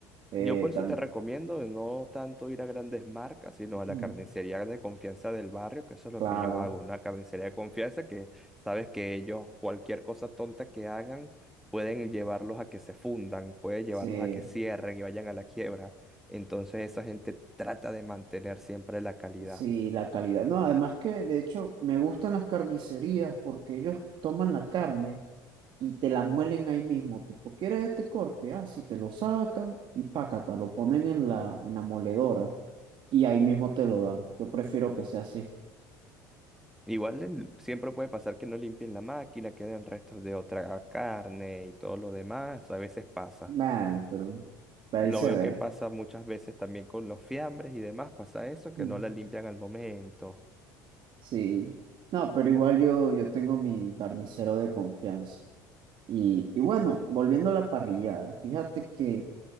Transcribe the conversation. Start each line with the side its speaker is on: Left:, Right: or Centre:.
Right: Eh,
Centre: Yo por eso
Right: tam-
Centre: te recomiendo de no tanto ir a grandes marcas, sino a la
Right: mm,
Centre: carnicería de confianza del barrio, que eso es lo
Right: claro,
Centre: que yo hago, una carnicería de confianza que sabes que ellos, cualquier cosa tonta que hagan, pueden llevarlos a que se fundan, pueden
Right: sí.
Centre: llevarlos a que cierren y vayan a la quiebra. Entonces esa gente trata de mantener siempre la calidad.
Right: Sí, la calidad. No, además que de hecho me gustan las carnicerías porque ellos toman la carne y te la muelen ahí mismo. Tipo, ¿quieres este corte? Ah, sí, te lo sacan y pácata, lo ponen en la, en la moledora y ahí mismo te lo dan. Yo prefiero que sea así.
Centre: Igual el- siempre puede pasar que no limpien la máquina, queden restos de otra carne y todo lo demás. A veces pasa.
Right: Nah, pero, pero
Centre: Lo
Right: ahí se
Centre: veo
Right: ve.
Centre: que pasa muchas veces también con los fiambres y demás. Pasa eso, que
Right: Mm,
Centre: no la limpian al momento.
Right: Sí. No, pero igual yo, yo tengo mi carnicero de confianza. Y, y bueno, volviendo a la parrillada, fíjate que.